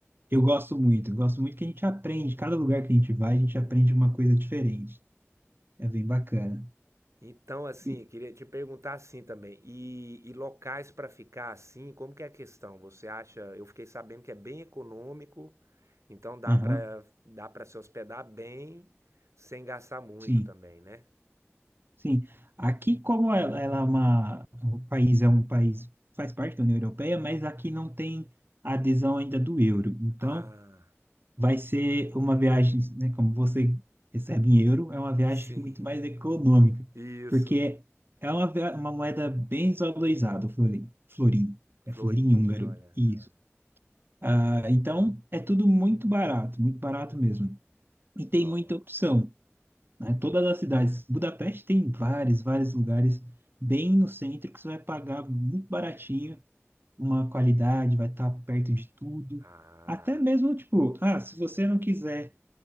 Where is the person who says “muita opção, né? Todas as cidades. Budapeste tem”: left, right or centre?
Right